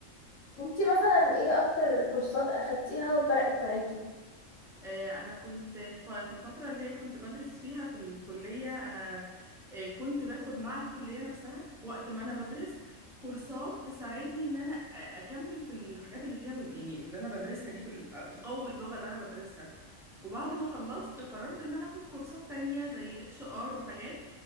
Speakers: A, on the left; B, in the centre.
A: انتي مثلا ايه اكتر كورسات اخدتيها وفرقت معاكي
B: آه، انا كنت ف- في الفتره اللي هي كنت بدرس فيها في الكليه انا آه، كنت باخد مع الكليه نفسها في وقت ما انا بدرس كورسات تساعدني ان انا أ- اكمل في الحاجات اللي فيها ال- يعني اللي انا بدرسها دي في ال- آه، تقوي اللغه اللي انا بدرسها وبعد ما خلصت قررت ان انا اخد كورسات تانية زي اتش ار وحاجات